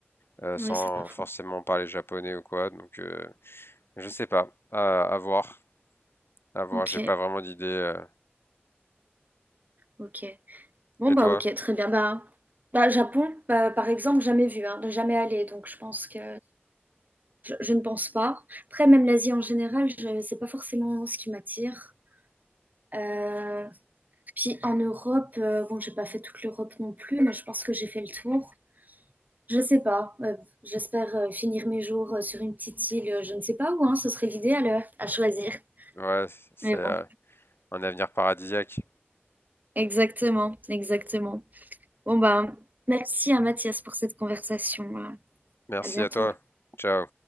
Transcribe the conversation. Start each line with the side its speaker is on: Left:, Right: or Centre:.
Left: euh,
Right: Oui,
Left: sans
Right: c'est pas faux.
Left: forcément parler japonais ou quoi. Donc, euh, je sais pas, à, à voir, à voir.
Right: Ok,
Left: J'ai pas vraiment d'idée. euh.
Right: ok. Bon,
Left: Et
Right: bah
Left: toi?
Right: ok, très bien. Bah, bah Japon, bah, par exemple, jamais vu, hein, jamais allé, donc je pense que je, je ne pense pas. Après, même l'Asie en général, je, c'est pas forcément ce qui m'attire. Euh, puis en Europe, euh, bon, j'ai pas fait toute l'Europe non plus, mais je pense que j'ai fait le tour. Je sais pas. euh, j'espère euh, finir mes jours euh, sur une petite île, euh, je ne sais pas où, hein, ce serait l'idéal euh, à choisir.
Left: Ouais, c'est.
Right: Mais
Left: euh,
Right: bon,
Left: Un avenir paradisiaque.
Right: exactement, exactement. Bon bah, merci à Mathias pour cette conversation. euh,
Left: Merci
Right: à bientôt.
Left: à toi. Ciao.